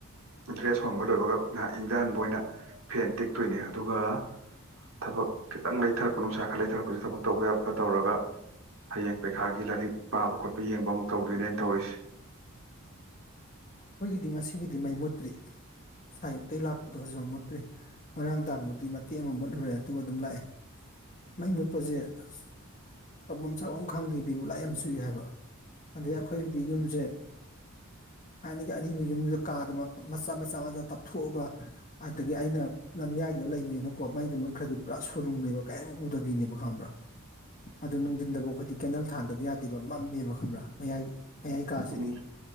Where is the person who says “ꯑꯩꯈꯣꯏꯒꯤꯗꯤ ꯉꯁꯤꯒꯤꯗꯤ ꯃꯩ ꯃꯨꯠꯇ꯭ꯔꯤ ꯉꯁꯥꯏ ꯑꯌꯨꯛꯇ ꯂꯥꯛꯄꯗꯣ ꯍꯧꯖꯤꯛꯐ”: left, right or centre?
Left